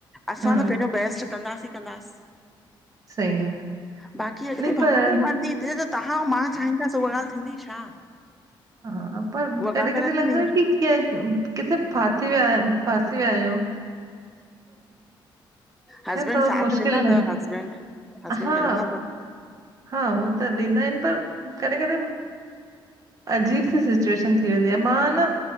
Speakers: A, in the centre; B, on the right.
A: असां
B: हा
A: ता पेहेंजो बेस्ट।। कंदासीं कंदासीं
B: सही आहे
A: बाक़ी अॻिते
B: नहीं
A: भॻवान
B: पर
A: जी मर्ज़ी थिए। तव्हां ऐं मां चाहींदसि उहा ॻाल्हि थींदी छा?
B: हा पर
A: उहा
B: कॾहिं
A: ॻाल्हि
B: कॾहिं
A: त
B: ईंए
A: न थींदी
B: लॻंदो
A: न
B: आहे त किथे फासी विया आहियूं। किथे आहियो
A: हसबैंड
B: खेर थोड़ो
A: साथ
B: मुश्किल।।
A: ॾिना अथव हसबैंड हसबैंड
B: हा,
A: गॾु हूंदा अथव।
B: हा हो त ॾींदा आहिंन। पर कॾहिं - कॾहिं अजीब सी सिचुएशन थी वेंदी आहे। मां न।।